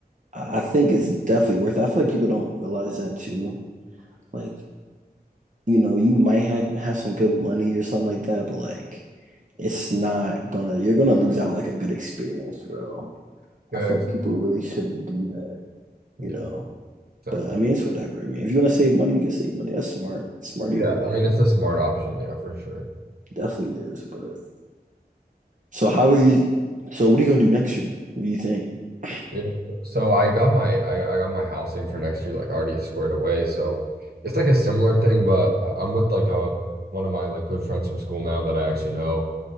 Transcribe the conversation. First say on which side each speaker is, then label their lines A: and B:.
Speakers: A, on the right; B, on the right.
A: I I think it's definitely worth it. I feel like people don't realize that too. Like you know, you might have have some good money or something like that, but like it's not gonna you're gonna lose out on like a good experience, bro.
B: Yeah,
A: I feel
B: ex-
A: like people really shouldn't do that, you
B: yeah,
A: know.
B: exactly.
A: But I mean it's whatever. I mean, if you wanna save money, you can save money. That's smart. Smart
B: Yeah,
A: either way.
B: I mean it's a smart option, yeah, for sure.
A: Definitely is. But so how are you so what are you gonna do next year? What do you think? <clears throat>
B: Yeah. So I got my I, I got my housing for next year like already squared away. So it's like a similar thing, but I- I'm with like a one of my like good friends from school now that I actually know.